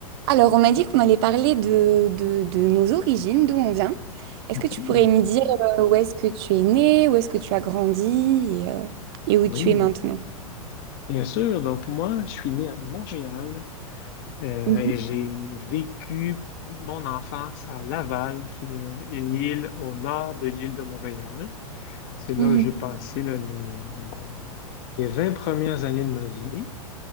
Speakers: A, on the right; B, on the left.
A: Alors, on m'a dit qu'on allait parler de, de, de nos origines, d'où on vient. Est-ce
B: Hmm,
A: que tu pourrais me dire euh, où est-ce que tu es né, où est-ce que tu as grandi et, euh, et où
B: Oui,
A: tu es maintenant?
B: bien sûr. Donc moi, je suis né à Montréal euh,
A: Mhm,
B: et j'ai vécu mon enfance à Laval, qui est une île au nord de l'île de Montréal. C'est là
A: mhm.
B: que j'ai passé là, les, disons, les, les 20 premières années de ma vie.